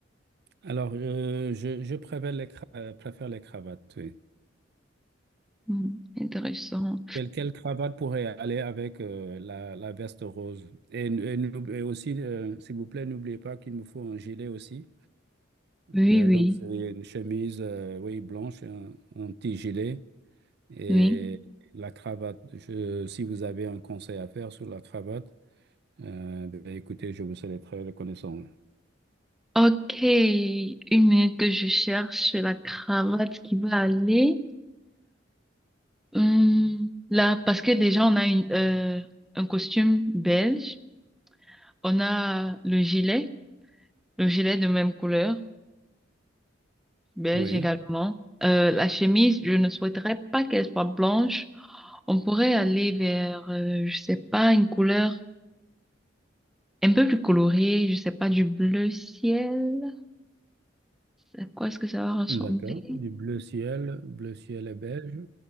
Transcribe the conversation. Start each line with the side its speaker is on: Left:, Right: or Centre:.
Right: alors euh, je, je préfère les cra- euh, préfère les cravates. oui.
Centre: Hmm, intéressant.
Right: Quelle, quelle cravate pourrait aller avec euh, la, la veste rose? Et, n- et n'oub- et aussi, euh, s'il vous plaît, n'oubliez pas qu'il me faut un gilet aussi.
Centre: Oui,
Right: Euh,
Centre: oui,
Right: donc c'est une chemise euh, oui blanche, un, un petit gilet. Et
Centre: oui.
Right: la cravate, je- si vous avez un conseil à faire sur la cravate, euh, ben, écoutez, je vous serai très reconnaissant.
Centre: Ok, une minute que je cherche la cravate qui va aller. Hmm, là, parce que déjà, on a une, euh, un costume belge. On a le gilet, le gilet de même couleur. Beige
Right: Oui,
Centre: également. Euh, la chemise, je ne souhaiterais pas qu'elle soit blanche. On pourrait aller vers, euh, je sais pas, une couleur un peu plus colorée, je sais pas, du bleu ciel. À quoi est-ce que ça va ressembler?
Right: d'accord. Du bleu ciel, bleu ciel et beige.